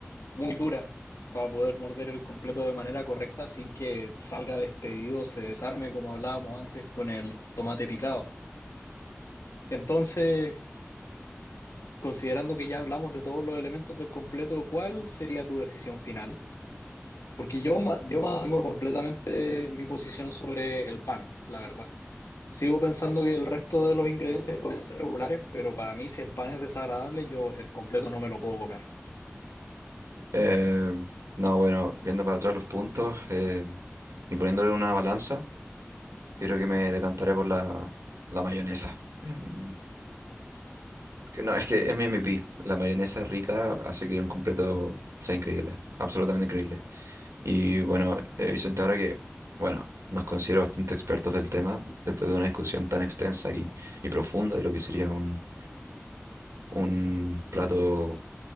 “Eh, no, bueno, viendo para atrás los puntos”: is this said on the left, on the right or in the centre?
Right